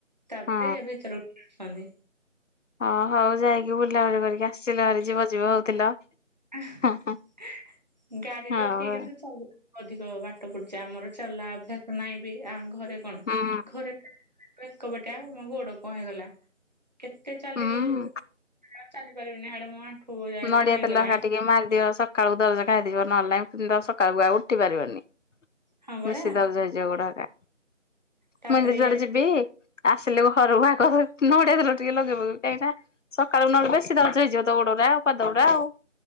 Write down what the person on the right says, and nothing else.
ତାପରେ
ଏ ଭିତରକୁ ଆଣୁଛନ୍ତି।
ହିଁ
ଇ ଗାଡି
ରଖିକି କିନ୍ତୁ ଚାଲୁ ଅଧିକ ବାଟ ପଡୁଛି ଆମର ଚଲା ଅଭ୍ୟାସ ନାଇଁ ବି ଆଙ୍କ ଘରେ କଣ
ଘରେ କଣ ଏକବଟଆ ମୋ ଗୋଡ କଣ ହେଇଗଲା। କେତେ ଚାଲିକି
ଯିବୁ ଚାଲିପାରିବିନି ହାଡେ ମୋଣ୍ଠୁ ଯାଏ
କଣ ହେଇଗଲାଣି।
ହଁ ପରା
ତାପରେ
ୟା